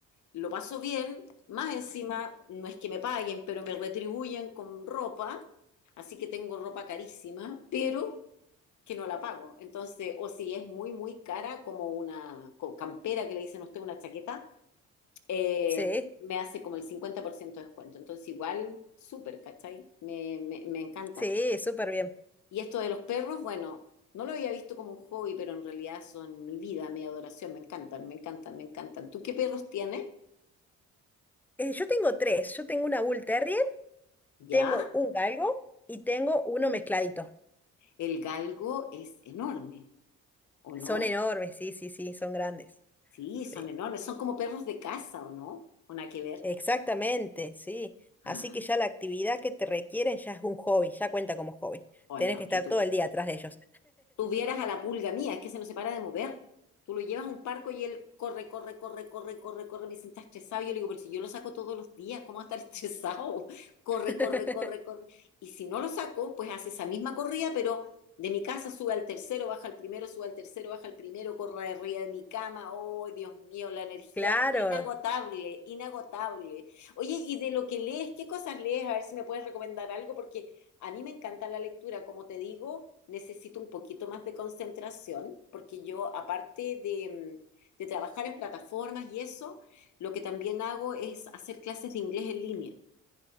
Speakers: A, on the left; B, in the centre.
A: lo paso bien, más encima, no es que me paguen, pero me retribuyen con ropa, así que tengo ropa carísima, pero que no la pago. Entonces, o si es muy, muy cara, como una co- campera que le dicen a usted, una chaqueta, eh,
B: Sí,
A: me hace como el 50% de descuento. Entonces, igual, súper, ¿cachai? Me, me, me encanta.
B: sí, súper bien.
A: Y esto de los perros, bueno, no lo había visto como un hobby, pero en realidad son mi vida, mi adoración, me encantan, me encantan, me encantan. ¿Tú qué perros tienes?
B: Eh, yo tengo tres. Yo tengo una Bull Terrier,
A: Ya,
B: tengo un galgo y tengo uno mezcladito.
A: el galgo es enorme, ¿o no?
B: Son enormes, sí, sí, sí, son grandes.
A: Sí,
B: Sí,
A: son enormes, son como perros de casa, ¿o no? Una que ver.
B: exactamente, sí.
A: <gasps>
B: Así que ya la actividad que te requieren ya es un hobby, ya cuenta como hobby.
A: Ay,
B: Tenés
A: no,
B: que
A: es
B: estar
A: que tú,
B: todo el día atrás de ellos.
A: tuvieras a la pulga mía, es que se nos separa de mover. Tú lo llevas a un parco y él corre, corre, corre, corre, corre, corre, me sienta estresado. Y yo le digo, pero si yo lo saco todos los días, ¿cómo va a estar <laughs> estresado? Corre,
B: <laughs>
A: corre, corre, corre. Y si no lo saco, pues hace esa misma corrida, pero de mi casa sube al tercero, baja al primero, sube al tercero, baja al primero, corre arriba de mi cama. Oh, Dios mío, la energía
B: Claro,
A: inagotable, inagotable. Oye, y de lo que lees, ¿qué cosas lees? A ver si me puedes recomendar algo, porque a mí me encanta la lectura, como te digo, necesito un poquito más de concentración, porque yo, aparte de, mm, de trabajar en plataformas y eso, lo que también hago es hacer clases de inglés en línea.